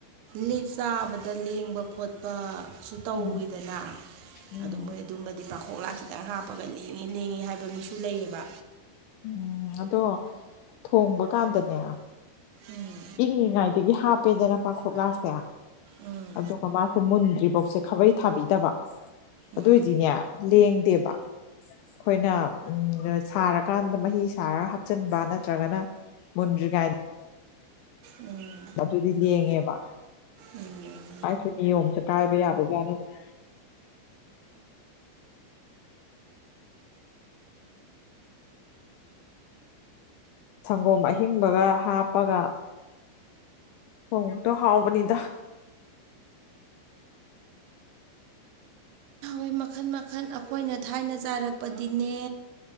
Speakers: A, on the right; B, on the left.
A: ꯂꯤꯞ ꯆꯥꯕꯗ ꯂꯦꯡꯕ ꯈꯣꯠꯄ ꯁꯨ ꯇꯧꯋꯤꯗꯅ
B: ꯎꯝ ꯎꯝ
A: ꯑꯗꯨ ꯃꯣꯏ ꯑꯗꯨꯝꯕꯗꯤ ꯄꯥꯎꯈꯣꯛ ꯈꯣꯛꯂꯥꯛ ꯈꯤꯇꯪ ꯍꯥꯞꯄꯒ ꯂꯦꯡꯉꯦ ꯂꯦꯡꯉꯦ ꯍꯥꯏꯕ ꯃꯤꯁꯨ ꯂꯩꯌꯦꯕ
B: ꯎꯝ ꯑꯗꯣ ꯊꯣꯡꯕꯀꯥꯟꯗꯅꯦ
A: ꯎꯝ
B: ꯏꯪꯉꯤꯉꯥꯏꯗꯒꯤ ꯍꯥꯞꯄꯦꯗꯅ ꯄꯥꯡꯈꯣꯛꯂꯥꯁꯦ
A: ꯎꯝ
B: ꯑꯗꯨꯒ ꯃꯥꯁꯦ ꯃꯨꯟꯗ꯭ꯔꯤꯐꯧꯁꯦ ꯈꯥꯕꯩ ꯊꯥꯕꯤꯗꯕ
A: ꯎꯝ
B: ꯑꯗꯨꯏꯗꯤꯅꯦ ꯂꯦꯡꯗꯦꯕ ꯑꯩꯈꯣꯏꯅ ꯎꯝ ꯁꯥꯔꯛ ꯀꯥꯟꯗ ꯃꯍꯤ ꯁꯥꯔꯒ ꯍꯥꯞꯆꯤꯟꯕ ꯅꯠꯇ꯭ꯔꯒꯅ ꯃꯨꯟꯗ꯭ꯔꯤꯉꯥꯏ
A: ꯎꯝ
B: ꯑꯗꯨꯗꯤ ꯂꯦꯡꯉꯦꯕ
A: ꯎꯝ
B: ꯑꯩꯁꯨ ꯅꯤꯌꯣꯝꯖ‌ꯦ ꯀꯥꯏꯕ ꯌꯥꯕ ꯖꯥꯠ ꯅꯠꯇ‌ꯦ ꯁꯪꯒꯣꯝ ꯑꯍꯤꯡꯕꯒ ꯍꯥꯞꯄꯒ ꯊ‌ꯣꯡꯗ‌ꯣ ꯍꯥꯎꯕꯅꯤꯗ
A: ꯈꯣꯏ ꯃꯈꯟ ꯃꯈꯟ ꯑꯩꯈꯣꯏꯅ ꯊꯥꯏꯅ ꯆꯥꯔꯛꯄꯗꯤꯅꯦ